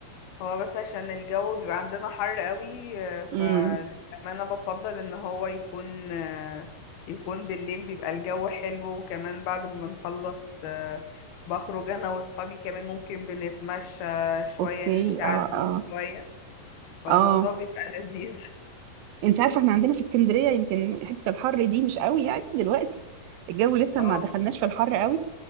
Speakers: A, on the left (about 75°); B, on the right (about 75°).
A: هو بس عشان الجو بيبقى عندنا حر قوي آه، فللأمانة
B: امم
A: بفضل ان هو يكون آه، يكون بالليل بيبقى الجو حلو وكمان بعد ما بنخلص آه، بخرج انا واصحابي كمان ممكن بنتمشى شوية
B: اوكي
A: نمشي على
B: اه
A: النيل
B: اه
A: شوية فالموضوع
B: اه
A: بيبقى لذيذ <laughs>
B: انت عارفه احنا عندنا في اسكندريه يمكن حته الحر دي مش قوي يعني دلوقتي الجو لسه
A: اه
B: ما دخلناش في الحر قوي